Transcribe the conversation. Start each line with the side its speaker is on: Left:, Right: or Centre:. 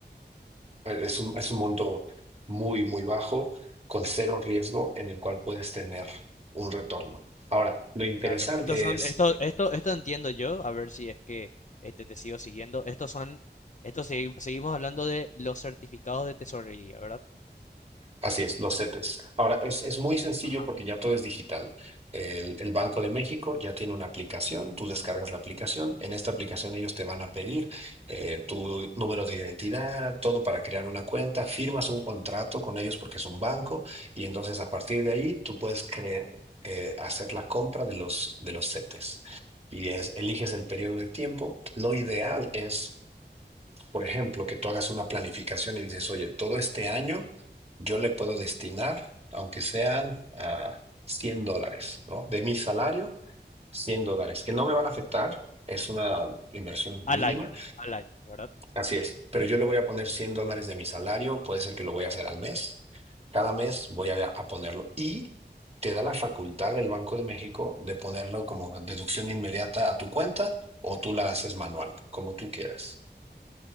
Right: eh, es un, es un monto muy, muy bajo, con cero riesgo, en el cual puedes tener un retorno. Ahora, lo interesante
Left: Claro, Sí, estos son,
Right: es
Left: sí, esto, sí, sí. esto, esto entiendo yo, a ver si es que este te sigo siguiendo. Estos son, estos segui- seguimos hablando de los certificados de tesorería, ¿verdad?
Right: Así es, los CETES. Ahora, es, es muy sencillo
Left: Ajá.
Right: porque ya todo es digital. El, el Banco de México ya tiene una aplicación, tú descargas la aplicación, en esta aplicación ellos te van a pedir eh, tu número de identidad, todo para crear una cuenta, firmas un contrato con ellos porque es un banco y entonces a partir de ahí tú puedes cre- eh, hacer la compra de los, de los CETES. Y es- eliges el periodo de tiempo. Lo ideal es... Por ejemplo, que tú hagas una planificación y dices, oye, todo este año yo le puedo destinar, aunque sean ah, 100 dólares, ¿no? De mi salario, 100 dólares, que no me van a afectar, es una inversión
Left: Al
Right: mínima,
Left: año, al año, ¿verdad?
Right: así es, pero yo le voy a poner 100 dólares de mi salario, puede ser que lo voy a hacer al mes, cada mes voy a, a ponerlo y te da la facultad del Banco de México de ponerlo como deducción inmediata a tu cuenta o tú la haces manual, como tú quieras.